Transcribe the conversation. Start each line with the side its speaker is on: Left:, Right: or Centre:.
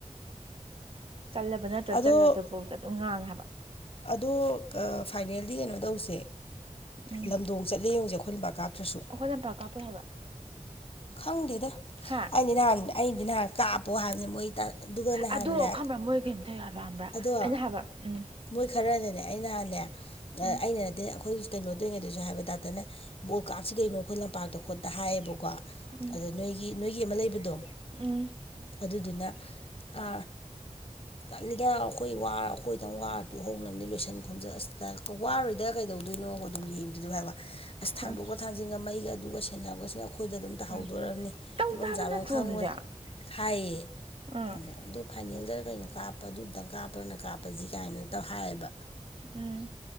Right: ꯆꯜꯂꯕ ꯅꯠꯇ꯭ꯔ
Left: ꯑꯗꯣ
Right: ꯆꯠꯂꯗꯕꯐꯥꯎꯗ ꯑꯗꯨꯝ ꯉꯥꯡꯉꯦꯕ
Left: ꯑꯗꯣ ꯐꯥꯏꯅꯦꯜꯗꯤ ꯀꯩꯅꯣ ꯇꯧꯁꯦ
Right: ꯎꯝ
Left: ꯂꯝꯗꯣꯡ ꯆꯠꯂꯦ ꯌꯦꯡꯉꯨꯁꯦ ꯑꯩꯈꯣꯏ ꯂꯝꯕꯥ ꯀꯥꯞ ꯇ꯭ꯔꯤꯁꯨ
Right: ꯑꯩꯈꯣꯏ ꯌꯥꯝꯝꯇꯥꯎ ꯀꯥꯞꯄꯣꯏ ꯍꯥꯏꯕ
Left: ꯈꯪꯗꯦꯗꯣ
Right: ꯍꯥ
Left: ꯑꯩꯗꯤ ꯅꯍꯥꯟ ꯑꯩꯗꯤ ꯅꯍꯥꯟ ꯀꯥꯞꯄꯣ ꯍꯥꯏꯕꯅꯦ ꯃꯣꯏ ꯑꯗꯨꯒ ꯅꯍꯥꯟꯅꯦ
Right: ꯑꯗꯣ ꯈꯪꯕ꯭ꯔꯥ ꯃꯣꯏ ꯀꯩꯝ ꯇꯧꯌꯨ ꯍꯥꯏꯕ ꯍꯕ꯭ꯔꯥ
Left: ꯑꯗꯣ
Right: ꯑꯩꯅ ꯍꯥꯏꯕ ꯎꯝ
Left: ꯃꯣꯏ ꯈꯔꯅꯅꯦ ꯑꯩ ꯅꯍꯥꯟꯅꯦ
Right: ꯎꯝ
Left: ꯑꯩꯅ ꯅꯗꯤ ꯑꯩꯈꯣꯏ ꯀꯩꯅꯣꯗꯣꯏꯔꯤꯉꯩꯗꯁꯨ ꯍꯥꯏꯕ ꯗꯥꯛꯇꯅ ꯕꯣꯜ ꯀꯥꯞꯁꯤ ꯀꯩꯅꯣ ꯑꯩꯈꯣꯏ ꯂꯝꯄꯥꯛꯇ ꯈꯣꯠꯇ ꯍꯥꯏꯌꯦꯕꯀꯣ
Right: ꯎꯝ
Left: ꯑꯗ ꯅꯣꯏꯒꯤ ꯅꯣꯏꯒꯤ ꯑꯃ ꯂꯩꯕꯗꯣ
Right: ꯎꯝ
Left: ꯑꯗꯨꯗꯨꯅ ꯑ ꯂꯤꯗ ꯑꯩꯈꯣꯏ ꯑꯩꯈꯣꯏꯗꯪ ꯋꯥꯔ ꯇꯨꯍꯧꯅꯕꯅꯤ ꯂꯣꯏꯁꯟ ꯈꯣꯝꯖꯟ ꯑꯁꯤ ꯋꯥꯔꯣꯏꯗ ꯀꯩꯗꯧ ꯑꯗꯨꯣꯏꯅꯣ ꯑꯗꯨꯝ ꯌꯦꯡꯗꯗꯂ ꯑꯁ ꯊꯥꯡꯗꯣꯛꯑ
Right: ꯎꯝ
Left: ꯊꯥꯡꯖꯟꯒ ꯃꯩꯒ ꯑꯗꯨꯒ ꯁꯦꯟꯅꯕꯁꯤꯅ ꯑꯩꯈꯣꯏꯗ ꯑꯗꯨꯝ ꯇꯥꯍꯧꯗꯣꯔꯕꯅꯤ
Right: ꯎꯝ ꯇꯧ
Left: ꯇꯐꯝ
Right: ꯇꯥꯕ
Left: ꯆꯥꯐꯝ
Right: ꯅꯠꯇ꯭ꯔꯣ
Left: ꯈꯪꯉꯣꯏ
Right: ꯑꯗꯨꯗꯤ
Left: ꯍꯥꯏꯌꯦ
Right: ꯎꯝ
Left: ꯑꯗ ꯑꯗꯨ ꯐꯥꯏꯅꯦꯜꯗ ꯀꯩꯅꯣ ꯀꯥꯞꯄ ꯑꯗꯨꯇꯪ ꯀꯥꯞꯄ꯭ꯔꯅ ꯀꯥꯞꯄꯁꯤ ꯀꯥꯏꯅ ꯇꯧ ꯍꯥꯏꯌꯦꯕ
Right: ꯎꯝ